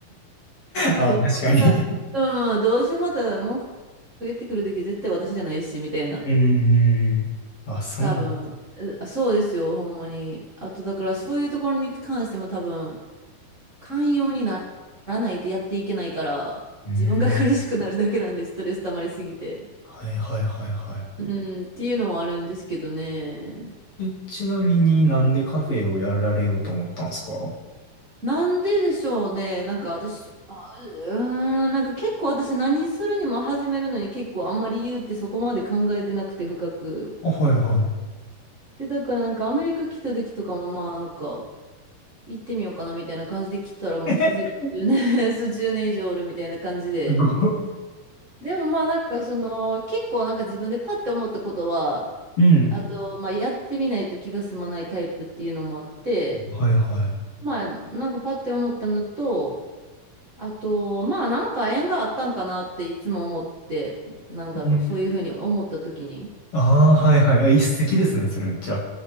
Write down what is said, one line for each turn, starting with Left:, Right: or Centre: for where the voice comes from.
Right: <laughs> 多分そんなか、
Left: あ、確かに。
Right: うん、どうせまた文句言ってくる時絶対私じゃないし、みたいな。
Left: うん。あ、そう。
Right: 多分、えそうですよ、ほんまに。あと、だからそういうところに関しても多分、寛容にならないとやっていけないから、
Left: うん。
Right: 自分が <laughs> 苦しくなるだけなんです、ストレス溜まりすぎて。
Left: はいはいはいはい。
Right: うん、っていうのもあるんですけどね。
Left: え、ちなみになんでカフェをやられようと思ったんですか
Right: うん
Left: <laughs>
Right: なんででしょうね。なんか私、あ、うーん、なんか結構私何するにも始めるのに結構あんまり理由ってそこまで考えてなくて深く。
Left: あ、はいは
Right: で、だからなんかアメリカ来た時とかもまあなんか、行ってみようかなみたいな感じで来たらもう気づいた10年、
Left: い。<laughs>
Right: <laughs> そう10年以上おるみたいな感じで。
Left: すご
Right: でもまあなんかその結構なんか自分でパッて思ったことは、
Left: い。うん。
Right: あとまあやってみないと気が済まないタイプっていうのもあって、
Left: はいは
Right: まあなんかパッて思ったのと、あとまあなんか縁があったんかなっていつも思って、なんだろう、
Left: い。うん
Right: そういうふうに思った時に。
Left: ああ、はいはい。あ、一石ですね、それめっちゃ。